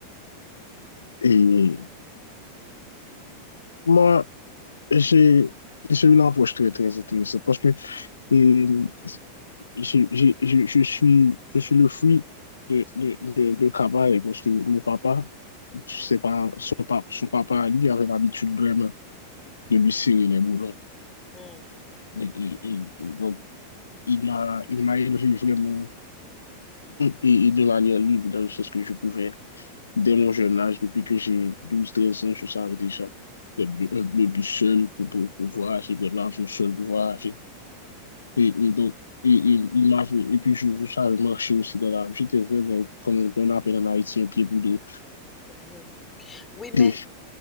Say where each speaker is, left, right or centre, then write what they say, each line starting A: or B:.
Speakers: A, on the left; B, on the left.
A: Et moi, j'ai j'ai une approche très, très intéressante parce que et, j'ai- j'ai- je, je suis, je suis le fruit de, de, de, de travail parce que mon papa, c'est pas, son, papa, son papa, lui, avait l'habitude vraiment de lui serrer les boulons.
B: Hmm,
A: Et, et, et- et donc, il m'a, il m'a élevé vraiment et, et de manière libre dans le sens que je pouvais. Dès mon jeune âge, depuis que j'ai douze, treize ans, je savais déjà que le- un bleu bus seul pour, pour, pour voyager, pour l'argent seul pour voyager. Et, et donc, et, et, il m'avait- et puis je, je savais marcher aussi dans la rue. J'étais vraiment, comme on on appelle en Haïti, un pied boudé.
B: mhm. Oui, mais,
A: Et